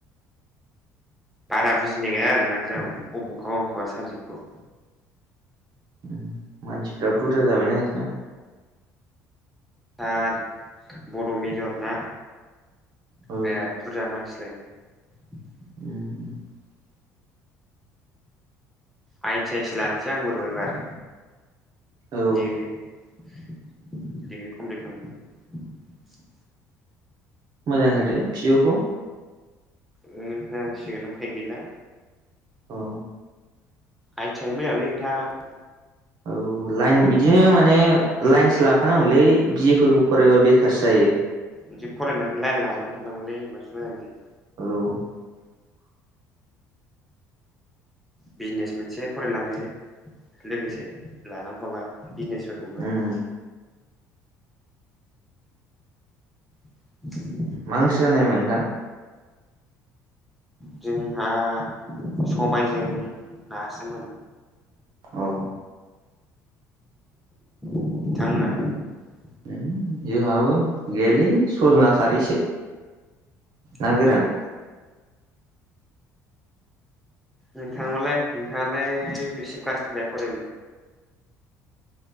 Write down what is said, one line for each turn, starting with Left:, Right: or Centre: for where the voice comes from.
Centre: बारा बुजिनाया आरोना जों अबख अबेबा साबजेक्टखौ
Right: <unintelligible> मानसिफ्रा बुरजा जाबायना नोंसिनाव
Centre: <unintelligible> बड' मेजर ना
Right: औ
Centre: बिराद बुरजा मानसि <unintelligible>
Right: <unintelligible>
Centre: आइ ति आइसो लानसै आंबो र' एबार
Right: औ
Centre: दिरि बि ए कमप्लित खालामनानै
Right: मोजां होदो फिय'खौ
Centre: ओ होनांसिगोन उफाय गैला।
Right: औ
Centre: आइथियानो मोजांलै नोंथां
Right: औ लाइन बिदिनो माने लाइन्स लाखानांगौलै बिएफोरखौ फरायबा बे। सासृ जायो
Centre: बिदि फरायनानै लाइन लालांबाय थानांगौलै होमबासो मोजां जायो।
Right: औ
Centre: बिजनेस मोनसे फरायलांनाय लोगोसे लालांफाबा बिजनेसफोरखौबो
Right: उम
Centre: <unintelligible>
Right: मा ओंख्रि जानायमोन नोंथां?
Centre: जोंहा सबायजों नासोमोन।
Right: अ
Centre: <unintelligible>
Right: <unintelligible> जोंहाबो गैयालै सज'ना खारैसो। ना
Centre: ए
Right: गोरान।
Centre: नोंथाङोबालाय नोंथाङालाय बेसे क्लासनिफ्राय फराय